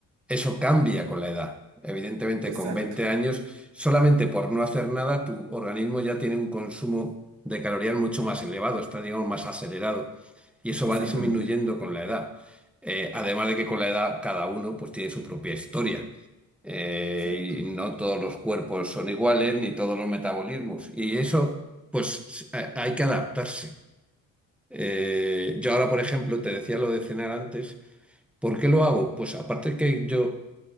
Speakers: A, in the centre; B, on the right.
A: eso cambia con la edad. Evidentemente,
B: exacto,
A: con 20 años, solamente por no hacer nada, tu organismo ya tiene un consumo de calorías mucho más elevado, está, digamos, más acelerado. Y eso
B: exactamente,
A: va disminuyendo con la edad. Eh, además de que con la edad cada uno pues tiene su propia historia. Eh,
B: exacto,
A: y no todos los cuerpos son iguales, ni todos los metabolismos. Y eso, pues ha- hay que adaptarse. Eh, yo ahora, por ejemplo, te decía lo de cenar antes. ¿Por qué lo hago? Pues aparte que yo